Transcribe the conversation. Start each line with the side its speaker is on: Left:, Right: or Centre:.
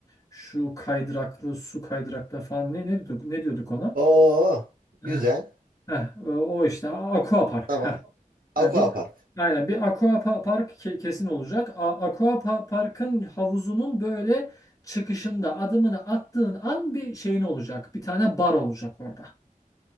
Left: şu kaydıraklı su kaydıraklı falan ne ne diyorduk, ne diyorduk ona?
Right: Oo, güzel.
Left: Heh, heh, o o işte aqua park.
Right: Tamam.
Left: Heh.
Right: Aquapark.
Left: Yani bir aynen bir aqua pa- park ke- kesin olacak. A aqua pa- parkın havuzunun böyle çıkışında adımını attığın an bir şeyin olacak. Bir tane bar olacak orada.